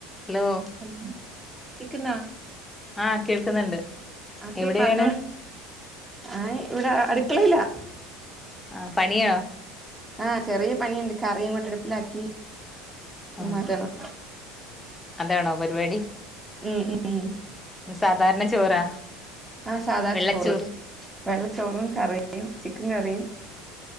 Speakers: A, on the left; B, on the right.
A: Hello
B: hello കേക്ക്ന്നാ
A: ആഹ് കേൾക്കുന്നുണ്ട്
B: ഓക്കെ
A: എവിടെയാണ്
B: പറഞ്ഞോളി ആയ് ഇവടെ അട് <unintelligible>
A: ആ പണിയോ
B: ആ ചെറിയ പണിയ്ണ്ട് കറിങ്ങോട്ട് അടുപ്പിലാക്കീ ത്
A: ആഹ്
B: മാറ്റണം
A: അതാണോ പരിവാടി
B: ഉം ഉം
A: ന്ന് സാധാരണ ചോറാ
B: ആഹ് സാദാ
A: വെള്ളച്ചോറ്
B: ചോറ് വെള്ളച്ചോറും കറിയും ചിക്കൻ കറിയും